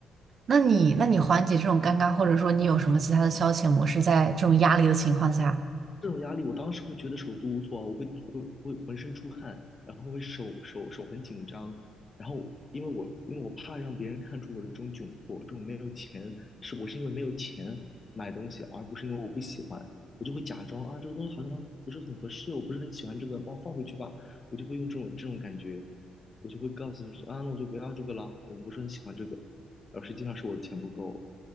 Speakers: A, on the right (about 50°); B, on the left (about 30°).
A: 那你，那你缓解这种尴尬，或者说你有什么其他的消遣模式，在这种压力的情况下？
B: 这种压力，我当时会觉得手足无措啊我会我会我会浑身出汗，然后会手手手很紧张，然后因为我因为我怕让别人看出我的这种窘迫，这种没有钱，是我是因为没有钱买东西，而不是因为我不喜欢，我就会假装啊这个东西好像不是很合适，我不是很喜欢这个，帮我放回去吧，我就会用这种这种感觉，我就会告诉自己啊那我就不要这个了，我不是很喜欢这个，然后实际上是我的钱不够，